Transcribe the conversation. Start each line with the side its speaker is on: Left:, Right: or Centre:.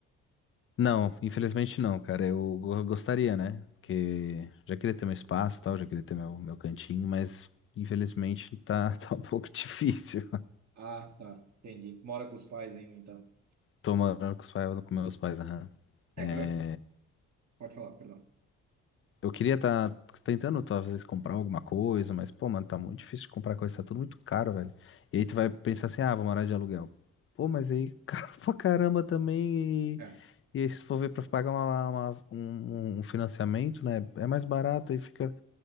Left: Não, infelizmente não, cara. Eu go- gostaria, né? Porque já queria ter meu espaço e tal, já queria ter meu, meu cantinho, mas infelizmente tá, <laughs> tá um pouco difícil.
Right: Ah, tá. Entendi. Mora com os pais ainda, então.
Left: Tô morando com os pais, com meus pais, aham. É,
Right: É, cara, pode falar, perdão.
Left: Eu queria estar tentando, talvez, comprar alguma coisa, mas, pô, mano, tá muito difícil de comprar coisa, tá tudo muito caro, velho. E aí tu vai pensar assim, ah, vou morar de aluguel. Pô, mas aí, <laughs> caro pra caramba também. E,
Right: É.
Left: e aí, se for ver pra pagar uma- uma- um, um financiamento, né? É mais barato e fica.